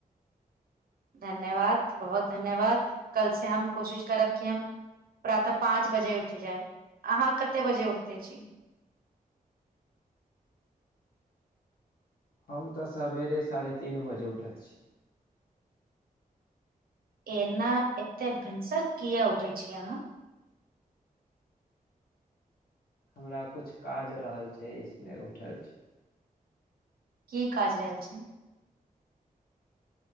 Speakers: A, on the right; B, on the left.
A: धन्यवाद, बहुत धन्यवाद, कल से हम कोशिश करब की हम। प्रातः पाँच बजे उठ जाय, अहाँ कते बजे उठते छी।
B: हम तऽ सबेरे साढ़े तीन बजे उठैत छी।
A: एना, एते भिनसर किया उठे छी अहाँ।
B: हमरा कुछ काज रहल छै, इसलिए उठल छी।
A: की काज रहल छै।